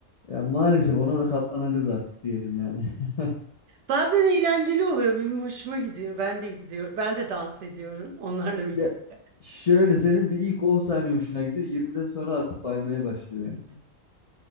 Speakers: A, on the left; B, on the right.
A: Ya maalesef ona da katlanacağız artık diyelim yani. <laughs>
B: Bazen eğlenceli oluyor. Benim hoşuma gidiyor. Ben de izliyorum. Ben de dans ediyorum onlarla birlikte.
A: Ya şöyle senin bir ilk 10 saniye hoşuna gidiyor. 20'den sonra artık baymaya başlıyor